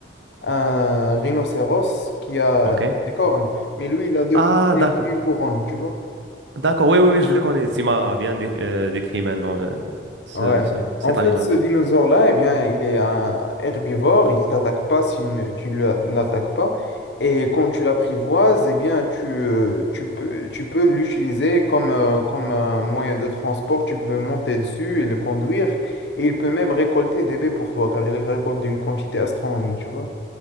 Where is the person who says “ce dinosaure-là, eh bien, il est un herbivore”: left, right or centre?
Left